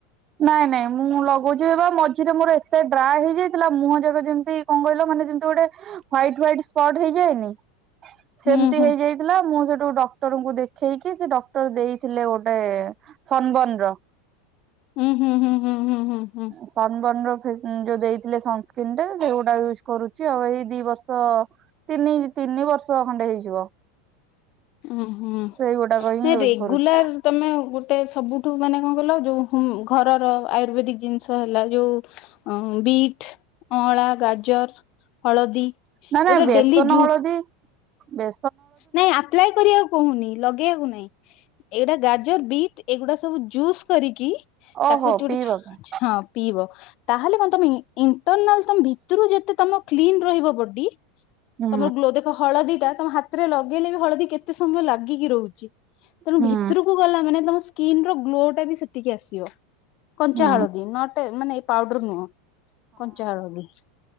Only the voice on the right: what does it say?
ନାଇଁ ନାଇଁ ମୁଁ ଲଗଉଛି ଏ ବା ମଝିରେ ମୋର ଏତେ ଡ୍ରାଏ ହେଇଯାଇଥିଲା ମୁହଁ ଯାକ ଯେମିତି କଣ କହିଲ ମାନେ ଯେମତି ଗୋଟେ ହ୍ାଇଟ୍ ହ୍ାଇଟ୍ ସ୍ପଟ୍ ହେଇଯାଏନି
ସେମିତି
ହେଇଯାଇ ଥିଲା ମୁଁ ସେଠୁ ଡକ୍ଟରଙ୍କୁ ଦେଖେଇକି ସେ ଡକ୍ଟର ଦେଇଥିଲେ ଗୋଟେ ସନବନ ର
ସନବର୍ଣ୍ଣ ର ଫେ ଯୋଉ ଦେଇଥିଲେ ସନସ୍କ୍ରିନ୍ ଟା ସେ ଗୋଟାକ ୟୁଜ କରୁଛି ଆଉ ଏଇ ଦି ବର୍ଷ ତିନି ତିନି ବର୍ଷ ଖଣ୍ଡେ ହେଇଯିବ।
ସେଇଗୁଟାକ ହିଁ
ୟୁଜ
କରୁଛି
ନାଁ
ନାଁ ବେସନ
ହଳଦୀ ବେ
ଓହୋ
ପିଇବା
ପାଇଁ
ହୁଁ
ହୁଁ
ହୁଁ